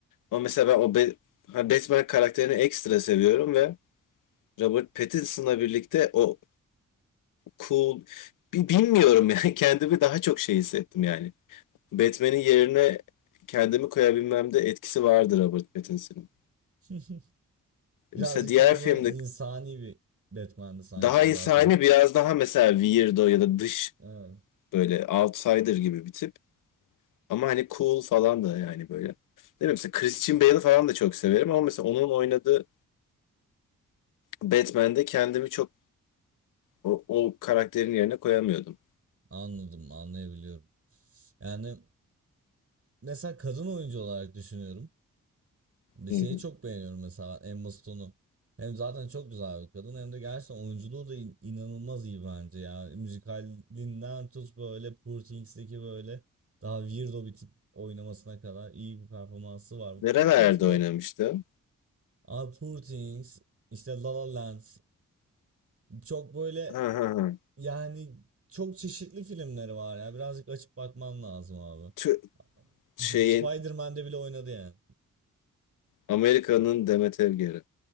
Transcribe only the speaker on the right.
<laughs> Birazcık
daha
böyle insani bir Batman'di sanki
zaten.
Evet.
Anladım, anlayabiliyorum. Yani mesela kadın oyuncu olarak düşünüyorum. Bir şeyi
çok beğeniyorum mesela Emma Stone'u. Hem zaten çok güzel bir kadın hem de gerçekten oyunculuğu da in- inanılmaz iyi bence ya. Müzikalinden tut böyle Poor Things'deki böyle daha weirdo bir tip oynamasına kadar iyi bir performansı var.
Poor Things bu
Aa, Poor Things işte La La Land çok böyle
yani çok çeşitli filmleri var ya. Birazcık açıp bakman lazım abi.
<laughs>
Spider-Man'de bile oynadı yani.